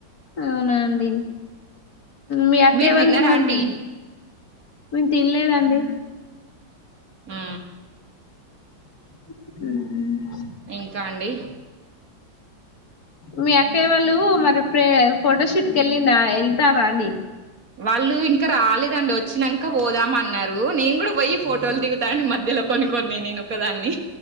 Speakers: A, on the left; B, on the right.
A: అవునా అండి మీ అక్కే
B: మీరు
A: వాళ్ళు
B: తిన్నారా
A: మరి
B: అండి
A: మేము తినలేదండి
B: ఆ
A: ఉమ్
B: ఇంకా అండి
A: మీ అక్కయ్య వాళ్ళు మరి ప్రే ఫొటో షూట్ క వెళ్ళిన వెళ్తారా అండి
B: వాళ్ళు ఇంకా రాలేదు రండి వచ్చినాక పోదామ అన్నారు నేను కూడా పోయి ఫోటోలు దిగుతా మధ్యలో కొన్ని కొన్ని నేనుొ ఒకదాన్ని